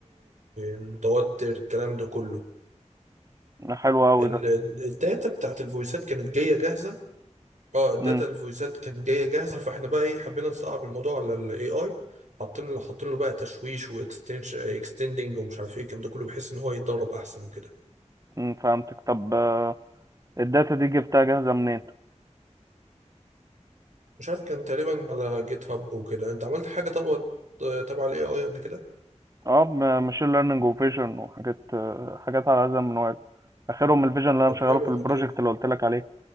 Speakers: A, on the right; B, on the right.
A: متوتر الكلام ده كله
B: حلو قوي
A: ال-
B: ده
A: الداتا بتاعت الفويسات كانت جايه جاهزه اه الداتا
B: امم
A: الفويسات كانت جايه جاهزه فاحنا بقى ايه حبينا نصعب الموضوع على الاي اي حاطين له حاطين له بقى تشويش واكستنشن اكستندنج ومش عارف ايه الكلام ده كله بحيث ان هو يتدرب احسن وكده
B: امم فهمتك طب آه، الداتا دي جبتها جاهزة منين
A: مش عارف كان تقريبا على جيت هاب وكده انت عملت حاجه طب تبع الاي اي قبل كده
B: اه ماشين ليرنينج وفيجن وحاجات آه، حاجات على هذا المنوال اخرهم الفيجن اللي انا
A: طب
B: مشغله
A: حلو
B: في البروجكت
A: حكي لي
B: اللي قلت لك عليه